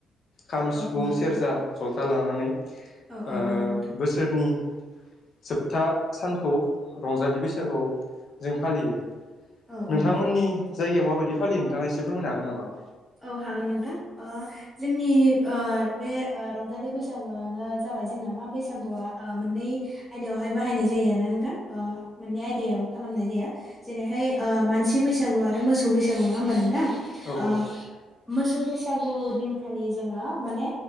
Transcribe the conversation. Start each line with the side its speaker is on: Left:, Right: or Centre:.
Left: खाम,
Centre: औ
Left: सिफुं,
Centre: औ नंगौ
Left: सेरजा,
Centre: नोंथां
Left: जथा लानानै ओ
Centre: औ औ नंगौ नोंथां
Left: बोसोरनि जोबथा सानखौ रंजालि बैसागुआव जों फालियो।
Centre: औ औ
Left: नोंथांमोननि
Centre: नंगौ नोंथां
Left: जायगायाव माबायदि फालियो नोंथाङा एसे फोरमायनो हागोन नामा।
Centre: औ हागोन नोंथां ओ जोंनि ओ बे रंजालि बैसागुआनो जाबाय जोंना मा बैसागुआ ओ मोननै आयदायावहाय बाहायनाय जायोना नोंथां मोननै आयदायाव खालामनाय जायो जेरैहाय ओ मानसि बैसागु आरो मोसौ बैसागु नङा होमबा नोंथां। ओ
Left: औ औ
Centre: मोसौ बैसागु दिनखालि जोङो माने